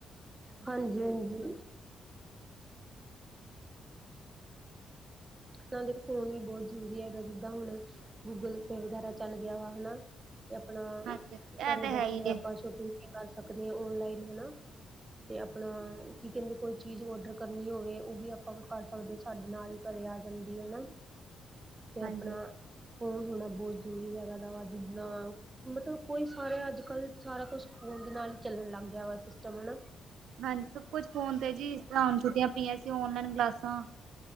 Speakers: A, on the right; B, on the right.
A: ਹਾਂਜੀ-ਹਾਂਜੀ। ਹੁਣ ਦੇਖੋ, ਫੋਨ ਵੀ ਬਹੁਤ ਜ਼ਰੂਰੀ ਹੈਗਾ ਜਿੱਦਾਂ ਹੁਣ ਗੂਗਲ ਪੇ ਵਗੈਰਾ ਚੱਲ ਗਿਆ, ਹਨਾ। ਤੇ ਆਪਣਾ,
B: ਹਾਂਜੀ ਇਹ
A: ਘਰੇ
B: ਤਾਂ ਹੈ
A: ਬੈਠੇ
B: ਹੀ ਹੈ
A: ਆਪਾਂ ਸ਼ੋਪਿੰਗ ਵੀ ਕਰ ਸਕਦੇ, ਔਨਲਾਈਨ ਹਨਾ। ਤੇ ਆਪਣਾ, ਕੀ ਕਹਿੰਦੇ ਕੋਈ ਚੀਜ਼ ਔਡਰ ਕਰਨੀ ਹੋਵੇ, ਉਹ ਵੀ ਆਪਾਂ ਕਰ ਸਕਦੇ ਸਾਡੇ ਨਾਲ ਘਰੇ ਆ ਜਾਂਦੀ ਹਨਾ, ਤੇ
B: ਹਾਂਜੀ
A: ਆਪਣਾ ਫ਼ੋਨ ਹੋਣਾ ਬਹੁਤ ਜ਼ਰੂਰੀ ਹੈਗਾ, ਨਵਾਂ ਵਾ ਜਿਦਾਂ। ਮਤਲਬ ਕੋਈ ਸਾਰੇ ਅੱਜ- ਕੱਲ, ਸਾਰਾ ਕੁਛ ਫੋਨ ਦੇ ਨਾਲ ਹੀ ਚੱਲਣ ਲੱਗ ਗਿਆ ਵਾ ਸਿਸਟਮ ਹਨਾ।
B: ਹਾਂਜੀ ਸਭ ਕੁਛ ਫੋਨ ਤੇ ਜੀ, ਜਿਸ ਤਰਾਂ ਹੁਣ ਛੁੱਟੀਆਂ ਪਈਆਂ ਸੀ, ਔਨਲਾਈਨ ਕਲਾਸਾਂ